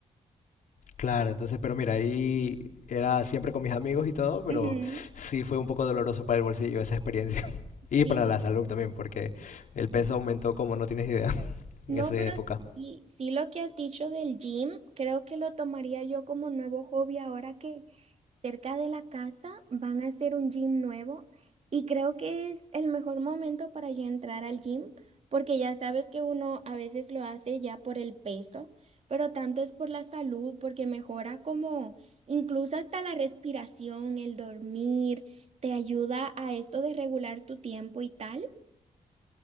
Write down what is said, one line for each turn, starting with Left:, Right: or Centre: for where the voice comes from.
Left: Claro, entonces, pero mira, ahí era siempre con mis amigos y todo, pero
Right: Ujú,
Left: sí fue un poco doloroso para el bolsillo esa experiencia. <laughs> Y
Right: Sí,
Left: para la salud también, porque el peso aumentó como no tienes idea <laughs>
Right: No,
Left: en esa
Right: pero
Left: época.
Right: sí, sí lo que has dicho del gym, creo que lo tomaría yo como nuevo hobby ahora que cerca de la casa van a hacer un gym nuevo y creo que es el mejor momento para yo entrar al gym porque ya sabes que uno a veces lo hace ya por el peso, pero tanto es por la salud porque mejora como incluso hasta la respiración, el dormir, te ayuda a esto de regular tu tiempo y tal.